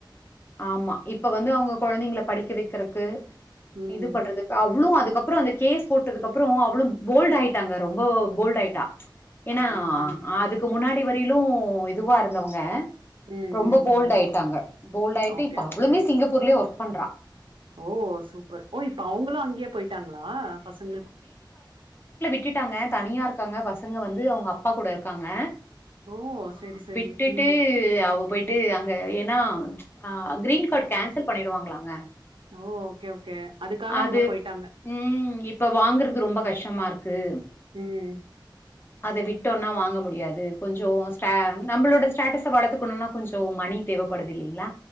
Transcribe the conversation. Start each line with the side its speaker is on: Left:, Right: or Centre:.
Left: ஆமா இப்ப வந்து அவங்க கொழந்தைங்கள படிக்க வைக்கறக்கு
Right: ம்.
Left: இது பண்றதுக்கு அவ்ளு அதுக் கப்புறொ அந்த கேஸ் போட்டதுக்கு அப்புறொ அவ்ளு போ போல்ட் ஆயிட்டாங்க ரொம்ப போல்ட் ஆயிட்டா ஏனா
Right: ஐயோ! ம்,
Left: அ அதுக்கு முன்னாடி வரிலு இதுவா இருந்தவங்க
Right: ம்,
Left: ரொம்ப
Right: ம்.
Left: போல்டாயிட்டாங்க போல்டு ஆயிட்டு
Right: ஓகே,
Left: இப்ப
Right: ஓகே.
Left: அவ்ளுமே சிங்கப்பூர்லேயே ஒர்க் பண்றா
Right: ஓ சூப்பர் ஓ இப்ப அவங்களு அங்கயே போயிட்டாங்களா பசங்கள கூ
Left: க்கிட்டாங்க தனியா இருக்காங்க பசங்க வந்து அவங்க அப்பா கூட இருக்காங்க
Right: ஓ!
Left: ஆஹ்
Right: சரி, சரி.
Left: விட்டுட்டு
Right: ம்.
Left: அவ் <unintelligible> அங்க ஏன்னா ஆ க்ரீன் கார்டு கேன்சல் பண்ணிடுவாங்களாங்க
Right: ஓ ஓகே ஓகே அதுக்காக
Left: அது
Right: அங்க போயிட்டாங்க.
Left: ம் இப்ப வாங்கறது ரொம்ப கஷ்டமா இருக்கு <unintelligible>
Right: ம்
Left: அத விட்டோன்னா வாங்க முடியாது கொஞ்சோ ஸ்ட நம்மளோட ஸ்டேட்டஸ வளர்த்துக்கணுன்னா கொஞ்சோ மணி தேவப்படுது இல்லிங்களா